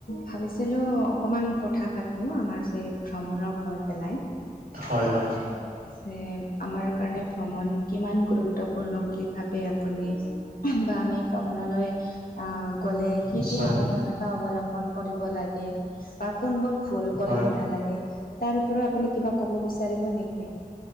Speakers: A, on the left (about 80°); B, on the right (about 85°).
A: ভাবিছিলো অকমান কথা পাতো আমাৰ যে ভ্ৰমণক লৈ পেলাই।
B: হয় হয়।
A: আছে আমাৰ কাৰণে ভ্ৰমণ কিমান গুৰুত্বপূৰ্ণ বুলি ভাবে আ আপুনি? বা আমি ভ্ৰমণলৈ আহ গ'লে কি
B: নিশ্চয়
A: কি সাৱধানত অৱলম্বন কৰিব লাগে বা কোনবোৰ ভুল কৰিব
B: হয়
A: নালাগে। তাৰ ওপৰত আপুনি কিবা ক'ব বিচাৰিব নেকি?